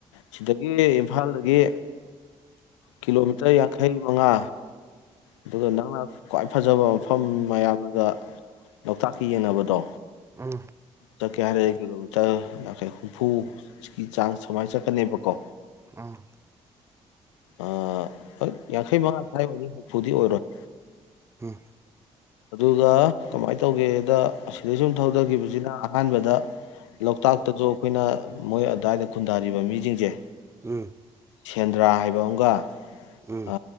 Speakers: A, on the left; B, on the right.
A: ꯁꯤꯗꯒꯤ ꯏꯝꯐꯥꯜꯗꯒꯤ ꯀꯤꯂꯣꯃꯤꯇꯔ ꯌꯥꯡꯈꯩ ꯃꯉꯥ ꯑꯗꯨꯒ ꯅꯪꯅ ꯈ꯭ꯋꯥꯏ ꯐꯖꯕ ꯃꯐꯝ ꯃꯌꯥꯝꯅꯒ ꯂꯣꯛꯇꯥꯛꯀ ꯌꯦꯡꯅꯕꯗꯣ
B: ꯑꯪ
A: ꯇꯠꯀꯦ ꯍꯥꯏꯔ ꯀꯤꯂꯣꯃꯤꯇꯔ ꯌꯥꯡꯈꯩ ꯍꯨꯝꯐꯨꯒꯤ ꯆꯥꯡ ꯁꯨꯃꯥꯏꯅ ꯆꯠꯀꯅꯤꯕꯀꯣ
B: ꯑꯥ
A: ꯑꯥ ꯌꯥꯡꯈꯩ ꯃꯉꯥ ꯁ꯭ꯋꯥꯥꯏ ꯑꯣꯏꯅꯤ ꯍꯨꯝꯐꯨꯗꯤ ꯑꯣꯏꯔꯣꯏ
B: ꯑꯝ
A: ꯑꯗꯨꯒ ꯀꯃꯥꯏꯅ ꯇꯧꯒꯦꯗ ꯁꯤꯗꯩ ꯁꯨꯝ ꯊꯧꯗꯈꯤꯕꯁꯤꯅ ꯑꯍꯥꯟꯕꯗ ꯂꯣꯛꯇꯥꯛꯇꯖꯨ ꯑꯩꯈꯣꯏꯅ ꯃꯣꯏ ꯑꯗꯥꯏꯗ ꯈꯨꯟꯗꯥꯔꯤꯕ ꯃꯤꯁꯤꯡꯁꯦ
B: ꯎꯝ
A: ꯁꯦꯟꯗ꯭ꯔꯥ ꯍꯥꯏꯕ ꯑꯝꯒ
B: ꯎꯝ
A: ꯑ